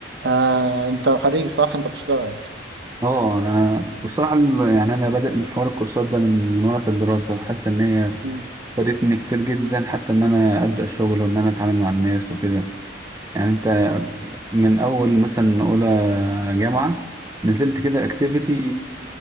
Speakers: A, on the right; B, on the right.
A: آه انت خريج صح انت بتشتغل
B: اه انا والصراحه ال- يعني انا بادئ من حوار الكورسات ده من من وانا في الدراسه حاسس ان هي
A: مم.
B: فادتني كتير جدا حتى ان انا ابدا شغل وان انا اتعامل مع الناس وكده يعني انت من اول مثلا اولى جامعه نزلت كده اكتيفيتي
A: مم.